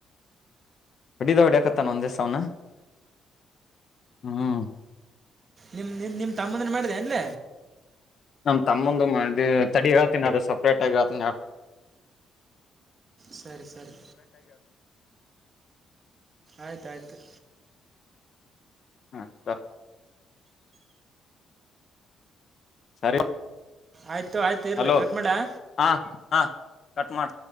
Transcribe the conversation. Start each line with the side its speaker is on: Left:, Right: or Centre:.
Left: ಹೊಡೆದ ಹೊಡ್ಯಾಕತ್ತನ ಒಂದ ಸವನಾ. ಹ್ಮ್.
Right: ನಿಮ್ಮ ನಿ ನಿಮ್ಮ ತಮ್ಮಂದನ್ನು ಮಾಡಿದೆ ಅಲ್ಲ.
Left: ನಮ್ಮ ತಮ್ಮೊಂದ ತಡಿ ಹೇಳ್ತೀನಿ ಅದ ಸಪ್ರೇಟ್ ಆಗಿ ಹೆಲ್ಟೇನಿಯಲ.
Right: ಸರಿ ಸರಿ ಆಯ್ತಾಯಯ್ತು.
Left: ಹಾ <inaudible> ಸರಿ.
Right: ಆಯಿತು ಆಯ್ತು ಇರ್ಲಿ
Left: ಹಲೋ
Right: ಕಟ್ ಮಾಡ
Left: ಹಾ ಹಾ ಕಟ್ ಮಾಡ.